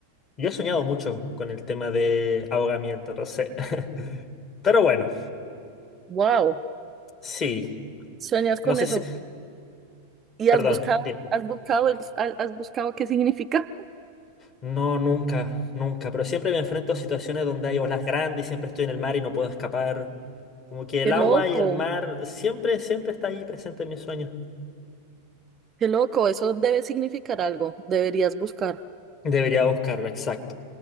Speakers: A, on the left; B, on the right.
A: yo he soñado mucho con el tema de ahogamiento, no sé. <laughs> Pero bueno,
B: Wow,
A: sí,
B: ¿sueñas
A: no
B: con
A: sé
B: eso?
A: si,
B: ¿Y
A: perdón,
B: has buscado,
A: dime.
B: has buscado, el- has has buscado qué significa?
A: No, nunca, nunca, pero siempre me enfrento a situaciones donde hay olas grandes y siempre estoy en el mar y no puedo escapar. Como que
B: Qué
A: el agua
B: loco.
A: y el mar siempre, siempre está ahí presente en mis sueños.
B: Qué loco, eso debe significar algo. Deberías buscar.
A: Debería buscarlo, exacto.